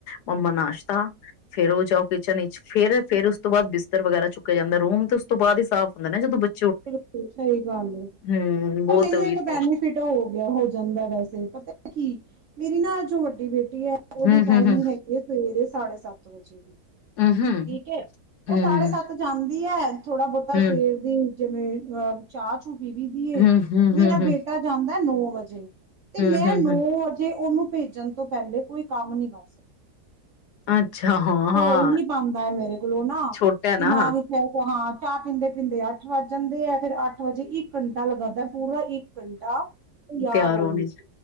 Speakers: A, on the left (about 70°); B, on the right (about 65°).
A: ਮੰਮਾ ਨਾਸ਼ਤਾ। ਫੇਰ, ਉਹ ਜਾਓ ਕਿਚਨ ਵਿੱਚ ਫੇਰ ਫੇਰ ਉਸ ਤੋਂ ਬਾਅਦ ਬਿਸਤਰ ਵਗੈਰਾ ਚੁੱਕਿਆ ਜਾਂਦੈ ਰੂਮ ਤੋ ਉਸ ਤੋਂ ਬਾਅਦ ਹੀ ਸਾਫ਼ ਹੁੰਦਾ ਨਾ ਜਦੋਂ ਬਚ
B: ਬਿਲਕੁਲ ਸਹੀ ਗੱਲ ਏ।
A: ਹੂੰ ਬਹੁਤ
B: ਪਰ, ਮੈਨੂੰ
A: ਉਹੀ
B: ਇੱਕ
A: ਤੇ
B: ਬੈਨੀਫਿਟ ਹੋ ਗਿਆ ਹੋ ਜਾਂਦੈ ਵੈਸੇ ਪਤੈ ਕੀ ਮੇਰੀ ਨਾੱ ਜੋ ਵੱਡੀ ਬੇਟੀ ਹੈ ਉਹਦੀ
A: ਹੂੰ-ਹੂੰ-ਹੂੰ,
B: ਟਾਈਮਿੰਗ ਹੈਗੀ ਹੈ ਸਵੇਰੇ ਸਾਢੇ ਸੱਤ। ਹੈਲੋ ਜੀ। ਠੀਕ
A: ਹੂੰ-ਹੂੰ,
B: ਐ, ਉਹ
A: ਹੂੰ-ਹੂੰ,
B: ਸਾਢੇ ਸੱਤ ਜਾਂਦੀ ਹੈ। ਥੋੜਾ ਬਹੁਤਾ
A: ਹੂੰ।
B: ਸਵੇਰ ਦੀ ਜਿਵੇਂ ਅ ਚਾਹ ਕੂ ਪੀ ਵੀ ਦੀਏ
A: ਹੂੰ-ਹੂੰ-ਹੂੰ-ਹੂੰ,
B: ਮੇਰਾ ਬੇਟਾ ਜਾਂ ਨਾ ਨੌ ਵਜੇ। ਤੇ
A: ਹੂੰ-ਹੂੰ-ਹੂੰ
B: ਮੈਂ ਨੋਂ ਅਜੇ ਉਹਨੂੰ ਭੇਜਣ ਤੋਂ ਪਹਿਲੇ ਕੋਈ ਕੰਮ ਨਹੀਂ ਕਰ ਸਕਦੀ।
A: ਅੱਛਾ ਹਾਂ-ਹਾਂ
B: ਹੋ ਹੀ ਨੀ ਪਾਂਦਾ ਮੇਰੇ ਕੋਲੋਂ ਨਾ,
A: ਛੋਟਾ ਨਾ
B: ਦਿਮਾਗ ਵਿੱਚ ਹੈ ਕੇ ਹਾਂ ਚਾਹ ਪੀਂਦੇ-ਪੀਂਦੇ ਆ ਅੱਠ ਵੱਜ ਜਾਂਦੇ ਹੈ। ਫਿਰ ਅੱਠ ਵਜੇ ਇੱਕ ਘੰਟਾ ਲਗਾਦਾ ਪੂਰਾ ਇੱਕ। ਘੰਟਾ ਤ ਯਾਰ
A: ਤਿਆਰ
B: ਉਹ
A: ਹੋਣੇ
B: ਨੀ,
A: ਚ